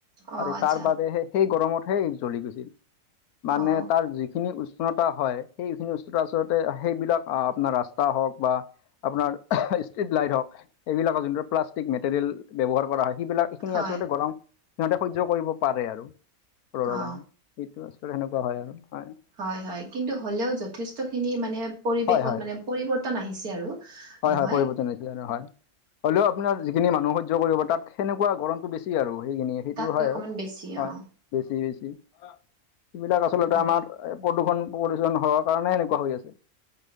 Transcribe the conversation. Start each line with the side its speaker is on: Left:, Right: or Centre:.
Right: অ
Left: আৰু
Right: আচ্ছা
Left: তাৰ বাবেহে সেই গৰমতহে জ্বলি গৈছিল মানে
Right: অ
Left: তাৰ যিখিনি উ উষ্ণতা হয়, সেইখিনি উষ্ণতা আচলতে সেইবিলাক আপোনাৰ ৰাস্তা হওক বা আপোনাৰ টিউব লাইট হওক এইবিলাকৰ যোনটো প্লাষ্টিক মেটেৰিয়েল ব্যৱহাৰ কৰা হয় সেইবিলাক এইখিনি
Right: হয়
Left: আচলতে গৰম সিহঁতে সহ্য কৰিব পাৰে আৰু গৰমত
Right: অ
Left: সেইটো আচলতে সেনেকুৱা হয় আৰু হয়
Right: হয় হয়, কিন্তু হ'লেও যথেষ্টখিনি মানে পৰিৱেশত
Left: হয় হয়
Right: মানে পৰিৱৰ্তন আহিছে আৰু।
Left: হয়
Right: নহয়
Left: হয়, পৰিৱৰ্তন হৈছে আৰু হয়। হলেও আপোনাৰ যিখিনি মানুহ সহ্য কৰিব তাত সেনেকুৱা গৰমতো বেছি আৰু সেইখিনি। সেইটো
Right: তাতকৈ
Left: হয়,
Right: অকণমান বেছি
Left: হয়
Right: অ
Left: বেছি সেইবিলাক আচলতে
Right: উম
Left: আমাৰ এই প্ৰদূষণ প্ৰলূষণ হোৱাৰ কাৰণে এনেকুৱা হৈ আছে।